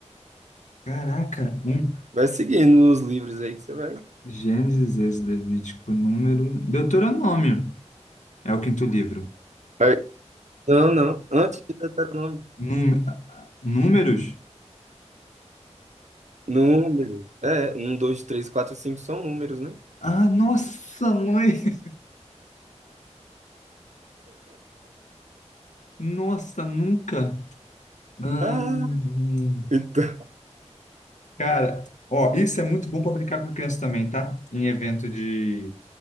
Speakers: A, on the left (about 85°); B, on the right (about 75°).
A: caraca, um.
B: Vai seguindo os livros aí que você vai.
A: Gênesis, Êxodo, Levítico, número. Deuteronômio é o quinto livro.
B: Vai. Não, não. Antes de Deuteronômio.
A: Núme- Números?
B: Número. É, um, dois, três, quatro, cinco são números, né?
A: Ah, nossa, mãe! <laughs> Nossa, nunca. Hum,
B: Ah,
A: hum.
B: então.
A: Cara, ó, isso é muito bom para brincar com criança também, tá? Em evento de,